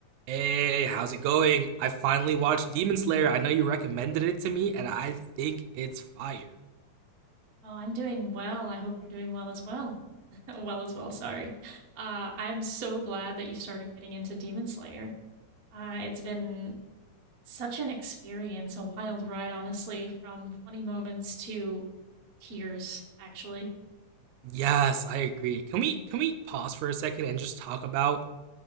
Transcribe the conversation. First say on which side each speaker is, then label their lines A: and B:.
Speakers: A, on the right; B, on the right.
A: Hey, how's it going? I finally watched Demon Slayer. I know you recommended it to me, and I think it's fire.
B: Oh, I'm doing well. I hope you're doing well as well. <laughs> well as well, sorry. Uh, I'm so glad that you started getting into Demon Slayer. Uh, it's been such an experience, a wild ride, honestly, from funny moments to tears, actually.
A: Yes, I agree. Can we can we pause for a second and just talk about